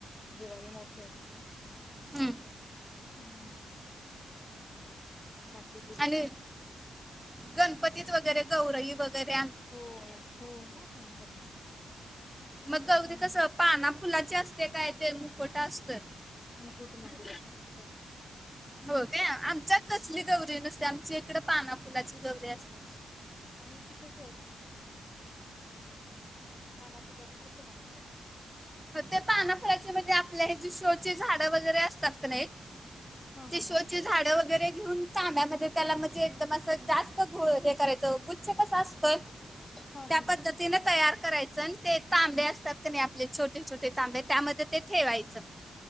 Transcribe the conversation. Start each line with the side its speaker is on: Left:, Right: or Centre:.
Left: दिवाळी मोठी असते
Centre: हम्म.
Left: हम्.. <inaudible>
Centre: आणि
Left: वगैरे
Centre: गणपतीत वगैरे गौरई वगैरे,
Left: हो हो ना म्हणतात ना.
Centre: मग
Left: हम्म
Centre: कस पाना फुलाची असते काय ते मुखवटा असतोय?
Left: मुकुट मुकुट मुकुठ.
Centre: हो काय, आमच्यात कसली
Left: हम्म
Centre: गौरी नसती आमच्या हिकडं पाना फुलाची गौरी असते.
Left: आणि ती कशी असते, पाना फुलाची कशे बनवत्यात?
Centre: ते पानापलाच्या म्हंजे आपल्या हे जी शो ची झाडं वगैरे असतात ना क नाय
Left: हा
Centre: ती
Left: हा
Centre: शो
Left: हा
Centre: ची झाडं वगैरे घेऊन चांब्यामध्ये त्याला म्हणजे एकदम असं जास्त घोळ हे करायचं गुच्छ कसा असतोय
Left: हा
Centre: त्या
Left: हा
Centre: पद्धतीन तयार करायचं. अन् ते तांब्या असतात क नाय आपले छोटे छोटे तांबे त्यामध्ये ते ठेवायचं